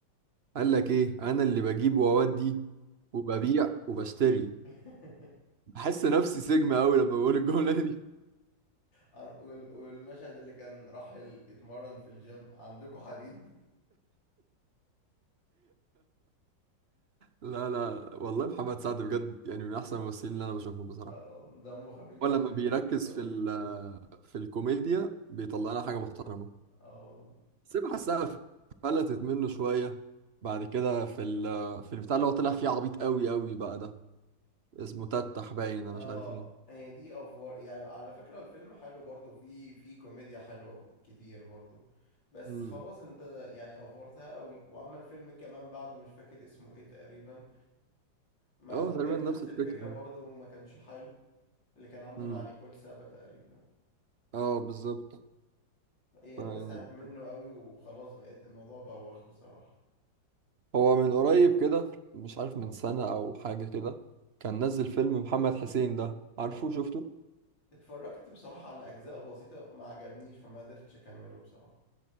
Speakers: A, on the right; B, on the left.
A: قال لك ايه انا اللي بجيب واودي وببيع وبشتري
B: <laughs>
A: بحس نفسي سجن قوي لما بقول الجمله دي
B: عن- وال- والمشهد اللي كان راح ال- يتمرن في الجيم عندكم حديد
A: لا لا والله محمد سعد بجد يعني من احسن الممثلين اللي انا بشوفهم بصراحه
B: اه والله، دمه خفيف
A: ولما
B: بشكل
A: بيركز
B: مش طبيعي
A: في ال في الكوميديا بيطلع لنا حاجه محترمه
B: اه والله
A: بس أنا بحسها فلتت منه شويه بعد كده في ال في البتاع اللي هو طلع فيه عبيط قوي قوي بقى ده اسمه تتح باين انا
B: اه
A: مش عارف ايه
B: هي دي افوار يعني على فكرة الفيلم حلو برضو في في كوميديا حلوة كتير برضو بس
A: امم
B: خلاص انت يعني افورتها قوي وعمل فيلم كمان بعده مش فاكر اسمه ايه تقريبا ما
A: اه
B: ما
A: تقريبا
B: كان
A: نفس
B: نفس
A: الفكره
B: الفكرة
A: يعني
B: برضو وما كانش حلو اللي كان عامله
A: امم
B: مع نيكول سابا تقريبا
A: اه بالظبط
B: هي
A: يعني
B: وسعت منه قوي وخلاص بقت الموضوع بوخ بصراحة
A: هو من قريب كده مش عارف من سنه او حاجه كده كان نزل فيلم محمد حسين ده عارفه
B: اه
A: شفته
B: اتفرجت بصراحة على اجزاء بسيطة ما عجبنيش فما قدرتش اكمله بصراحة